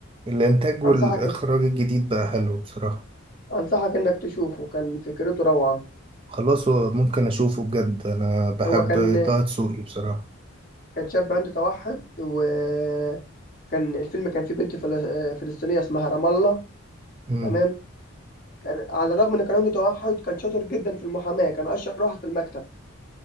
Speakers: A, on the right; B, on the left.
A: الإنتاج والإخراج
B: أنصحك
A: الجديد بقى حلو بصراحة
B: أنصحك إنك تشوفه كان فكرته روعة
A: خلاص هو ممكن أشوفه بجد أنا بحب
B: هو كان
A: طه دسوقي بصراحة
B: كان شاب عنده توحد وكان الفيلم كان فيه بنت فل- فلسطينية اسمها رام الله
A: امم
B: تمام كان على الرغم ان كان عنده توحد كان شاطر جدا في المحاماة كان اشطر واحد في المكتب